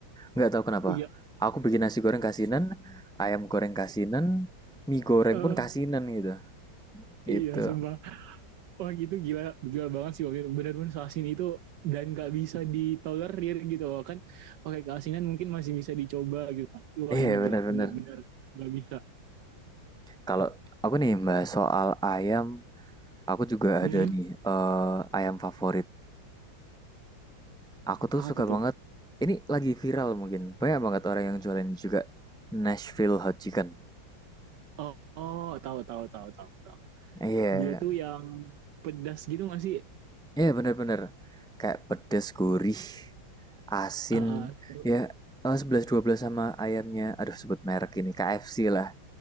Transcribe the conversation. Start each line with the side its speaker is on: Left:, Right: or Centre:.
Centre: Nggak tahu kenapa.
Right: iya.
Centre: Aku bikin nasi goreng kasinan, ayam goreng kasinan, mie goreng
Right: Eh,
Centre: pun kasinan gitu. Gitu.
Right: iya sumpah. Wah gitu gila, gila banget sih waktu itu. Benar-benar asin itu dan nggak bisa ditolerir gitu loh kan. Oke keasinan mungkin masih bisa dicoba gitu kan. Wah
Centre: Iya
Right: ini
Centre: bener-bener.
Right: gila, benar-benar nggak bisa.
Centre: Kalau aku nih mbak soal ayam, aku juga
Right: Mm-mm.
Centre: ada nih eh, ayam favorit. Aku tuh
Right: Apa
Centre: suka
Right: tuh?
Centre: banget, ini lagi viral mungkin, banyak banget orang yang jualin juga Nashville Hot Chicken.
Right: Oh, oh, tahu tahu tahu tahu tahu.
Centre: Iya,
Right: Dia tuh yang pedas gitu nggak sih?
Centre: iya bener-bener, kayak pedes, gurih, asin,
Right: Ah, ah, ter-
Centre: ya eh, sebelas dua belas sama ayamnya, aduh sebut merek ini, KFC lah.